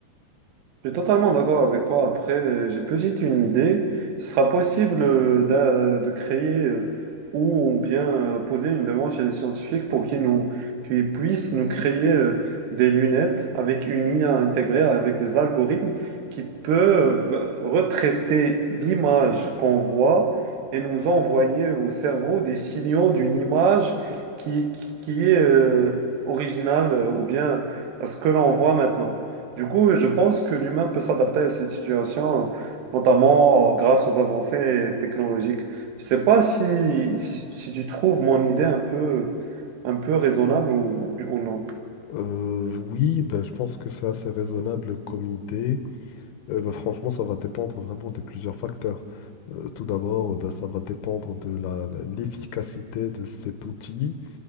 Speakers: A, on the right; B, on the left.
A: Je suis totalement d'accord avec toi. Après, euh, j'ai peut-être une idée. Ce sera possible euh, d'a- euh, de créer euh, ou bien euh, poser une demande chez les scientifiques pour qu'ils nous, qu'ils puissent nous créer euh, des lunettes avec une IA intégrée, avec des algorithmes qui peuvent retraiter l'image qu'on voit et nous envoyer au cerveau des signaux d'une image qui, qui qui est euh, originale euh, ou bien à ce que l'on voit maintenant. Du coup, je pense que l'humain peut s'adapter à cette situation, notamment grâce aux avancées technologiques. Je sais pas si, si, si tu trouves mon idée un peu, un peu raisonnable ou, ou non.
B: Euh, oui, ben, je pense que c'est assez raisonnable comme idée. Euh, ben, franchement, ça va dépendre vraiment de plusieurs facteurs. Euh, tout d'abord, ben, ça va dépendre de la, la- l'efficacité de cet outil.